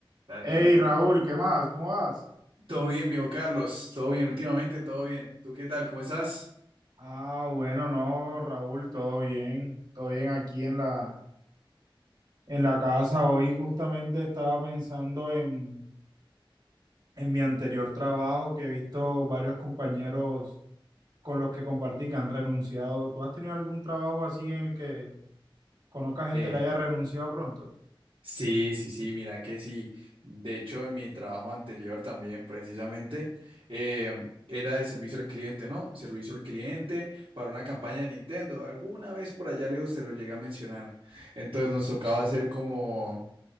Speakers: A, on the right; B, on the right.
A: Dale,
B: Hey
A: dímelo.
B: Raúl, ¿qué más? ¿Cómo vas?
A: Todo bien, viejo Carlos. Todo bien, últimamente, todo bien. ¿Tú qué tal? ¿Cómo estás?
B: Ah, bueno, no, Raúl, todo bien, todo bien aquí en la, en la casa. Hoy justamente estaba pensando en, en mi anterior trabajo que he visto varios compañeros con los que compartí que han renunciado. ¿Tú has tenido algún trabajo así en el que conozca gente
A: Eh,
B: que haya renunciado pronto?
A: sí, sí, sí, mira que sí. De hecho, en mi trabajo anterior también, precisamente, em, era el servicio al cliente, ¿no? Servicio al cliente para una campaña de Nintendo. Alguna vez por allá lejos se lo llegué a mencionar. Entonces nos tocaba hacer como